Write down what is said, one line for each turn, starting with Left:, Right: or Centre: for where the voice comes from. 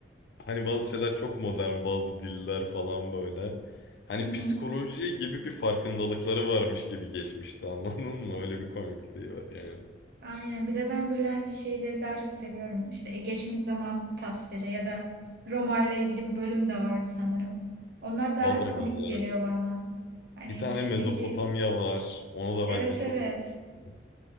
Left: Hani bazı şeyler çok modern, bazı diller falan böyle. Hani
Right: Hı hı.
Left: psikoloji gibi bir farkındalıkları varmış gibi geçmişti anladın mı? Öyle bir komikliği var yani.
Right: Aynen. Bir de ben böyle hani şeyleri daha çok seviyorum. İşte e, geçmiş zaman tasviri ya da Roma ile ilgili bir bölüm de vardı sanırım. Onlar daha
Left: O da
Right: komik
Left: güzel.
Right: geliyor bana. Hani
Left: Bir tane
Right: şimdiki
Left: Mezopotamya var. Onu da
Right: evet
Left: bence çok
Right: evet
Left: severdim.